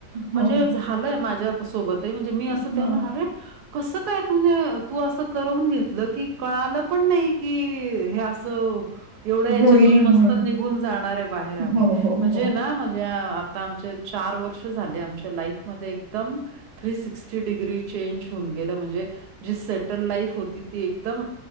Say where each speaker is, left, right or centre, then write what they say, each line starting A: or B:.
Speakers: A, on the right (about 75°); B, on the right (about 55°).
A: म्हणजे
B: हो
A: झालंय माझ्या सोबतही म्हणजे मी असं
B: ह
A: त्यांना आरे कसं काय तुन, तू असं करवून घेतलं. कि कळालं पण नाही कि हे असं एवढ्या याच्यातून
B: होईल
A: मस्त
B: म्हण
A: निघून जाणार आहे बाहेर आम्ही
B: हो हो
A: म्हणजे
B: हो
A: ना, ज्या आता आमचे चार वर्ष झाले आमच्या लाईफमध्ये एकदम थ्री सिक्स्टी डिग्री चेंज होऊन गेलं. म्हणजे जी सेटल लाईफ होती ती एकदम